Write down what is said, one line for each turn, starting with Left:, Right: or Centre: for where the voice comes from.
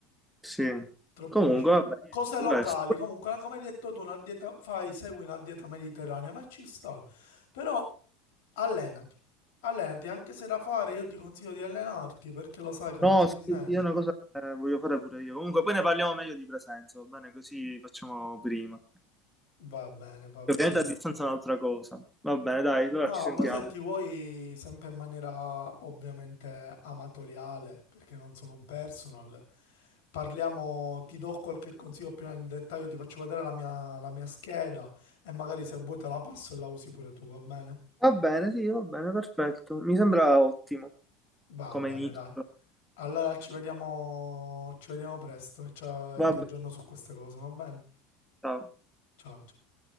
Centre: Sì,
Left: troppo,
Centre: comunque
Left: diciamo...
Centre: vabbè, niente,
Left: Cose
Centre: questo.
Left: locali, comunque, come hai detto tu, una dieta, fai, segui una dieta mediterranea, ma ci sta. Però allenati, allenati, anche se da fare io ti consiglio di allenarti, perché lo sai come
Centre: No,
Left: ci
Centre: sì,
Left: si sente.
Centre: sì, è una cosa che voglio fare pure io. Comunque poi ne parliamo meglio di presenza, va bene? Così facciamo prima.
Left: Va bene, va
Centre: Che Ovviamente
Left: bene,
Centre: a distanza
Left: dai.
Centre: è un'altra cosa. Va bene, dai, allora
Left: No,
Centre: ci sentiamo.
Left: poi se ti vuoi, sempre in maniera ovviamente amatoriale, perché non sono un personal, parliamo, ti do qualche consiglio più nel dettaglio, ti faccio vedere la mia, la mia scheda e magari se vuoi te la passo e la usi pure tu, va bene?
Centre: Va bene, sì, va bene, perfetto. Mi sembra ottimo
Left: Va
Centre: come
Left: bene,
Centre: inizio.
Left: dai. Allora ci vediamo, ci vediamo presto, ciao, e
Centre: Va
Left: ti
Centre: bene,
Left: aggiorno su queste cose, va bene?
Centre: ciao.
Left: Ciao, ciao.